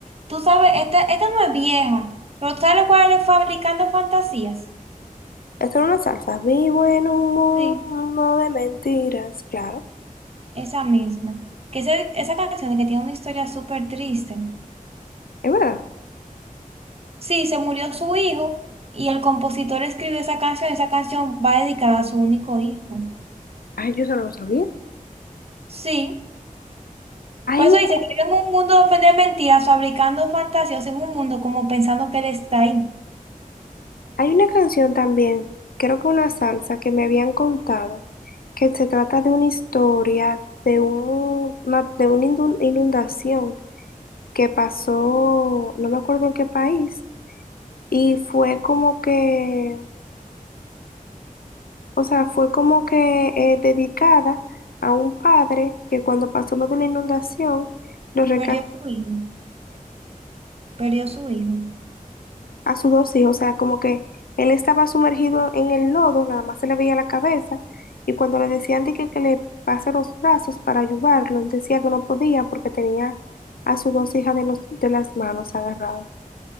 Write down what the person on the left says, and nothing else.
Esto era una salsa. Vivo en un mundo
de mentiras, claro.
Es verdad.
Ay, yo solo lo sabía.
Hay
una,
hay una canción también, creo que una salsa que me habían contado, que se trata de una historia de un, una, de una indu- inundación que pasó, no me acuerdo en qué país, y fue como que O sea, fue como que eh, dedicada a un padre que cuando pasó lo de la inundación, lo rescató
a sus dos hijos. O sea, como que él estaba sumergido en el lodo, nada más se le veía la cabeza. Y cuando le decían de que, que le pase los brazos para ayudarlo, él decía que no podía porque tenía a sus dos hijas de, los, de las manos agarradas.